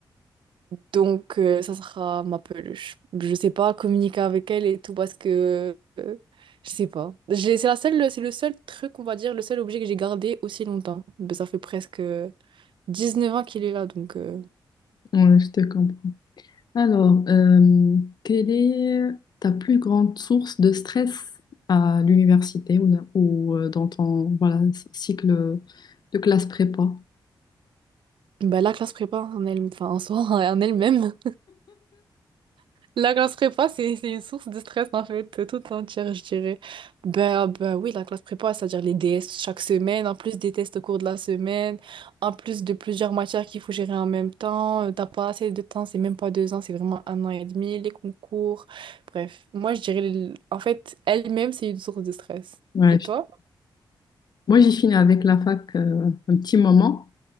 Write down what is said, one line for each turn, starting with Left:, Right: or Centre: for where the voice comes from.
Right: Donc, euh, ça sera ma peluche. Je sais pas communiquer avec elle et tout parce que euh, je sais pas. J'ai- C'est la seule, c'est le seul truc, on va dire, le seul objet que j'ai gardé aussi longtemps. ben ça fait presque 19 ans qu'il est là, donc euh,
Left: Ouais, je te comprends. Alors, euh, quelle est ta plus grande source de stress à l'université ou, ou, euh, dans ton voilà, cycle de classe prépa?
Right: bah, la classe prépa en elle, enfin, en soi, <laughs> en elle-même. La classe prépa, c'est c'est une source de stress en fait, euh, toute entière, je dirais. Ben, ben oui, la classe prépa, c'est-à-dire les DS chaque semaine, en plus des tests au cours de la semaine, en plus de plusieurs matières qu'il faut gérer en même temps. euh, T'as pas assez de temps, c'est même pas deux ans, c'est vraiment un an et demi, les concours. Bref, moi je dirais, le- en fait, elle-même, c'est une source de stress.
Left: Ouais,
Right: Et
Left: je-
Right: toi?
Left: moi, j'ai fini avec la fac euh, un petit moment,